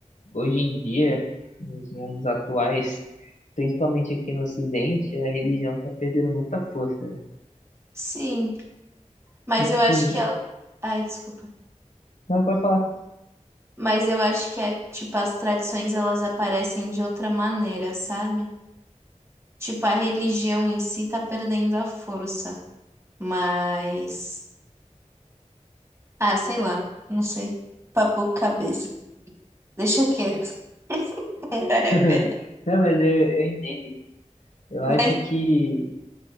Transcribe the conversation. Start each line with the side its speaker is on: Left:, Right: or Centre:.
Left: hoje em dia, nos mundos atuais, principalmente aqui no Ocidente, a religião tá perdendo muita força. né?
Right: sim, mas
Left: E, tipo,
Right: eu acho que ela... Ai, desculpa.
Left: não pode falar.
Right: Mas eu acho que, é, tipo, as tradições, elas aparecem de outra maneira, sabe? Tipo, a religião em si tá perdendo a força, mas... Ah, sei lá, não sei. Papo cabeça. Deixa quieto, <laughs> não vale
Left: <laughs>
Right: a pena.
Left: Não, mas eu, eu entendo. Eu
Right: Mas,
Left: acho que